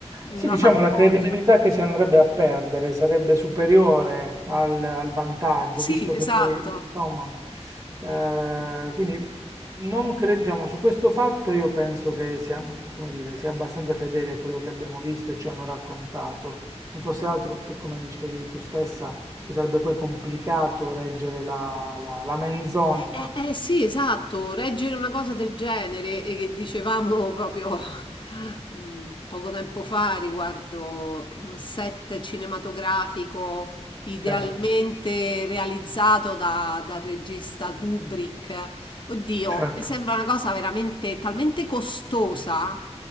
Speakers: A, on the left; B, on the right.
A: una
B: Sì, diciamo,
A: fandonia.
B: la credibilità che si andrebbe a perdere sarebbe superiore al, al vantaggio,
A: Sì,
B: visto
A: esatto.
B: che poi, insomma, Eh, quindi non cre- diciamo, su questo fatto io penso che sia, mm, come dire, sia abbastanza fedele a quello che abbiamo visto e ci hanno raccontato. Non fosse altro, per come dicevi tu stessa, mi sarebbe poi complicato reggere la, la- la menzogna.
A: Eh, eh, eh, sì, esatto, reggere una cosa del genere e che dicevamo proprio <laughs> mm, poco tempo fa riguardo un set cinematografico idealmente
B: Sì,
A: realizzato da- dal regista Kubrick. Oddio,
B: certo,
A: mi sembra una cosa veramente talmente costosa